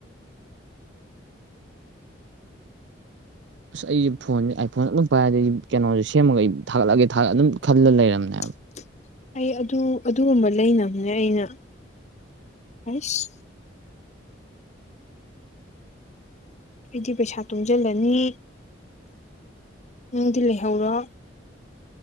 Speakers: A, on the right; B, on the left.
A: ꯑꯁ ꯑꯩꯁꯦ ꯐꯣꯟꯁꯦ ꯑꯥꯏ ꯐꯣꯟ ꯑꯗꯨꯝ ꯄꯥꯏꯔꯗꯤ ꯑꯩ ꯀꯩꯅꯣꯁꯦ ꯁꯦꯝꯃꯒ ꯑꯩ ꯊꯥꯒꯠꯂꯒꯦ ꯊꯥꯒ ꯑꯗꯨꯝ ꯈꯜꯂ ꯂꯩꯔꯝꯅꯦꯕ
B: <inaudible> ꯑꯩ ꯑꯗꯨ ꯑꯗꯨꯒꯨꯝꯕ ꯂꯩꯅꯕꯅꯦ ꯑꯩꯅ ꯑꯁ ꯑꯩꯗꯤ ꯄꯩꯁꯥ ꯇꯨꯡꯁꯤꯜꯂꯅꯤ ꯅꯪꯗꯤ ꯂꯩꯍꯧꯔꯣ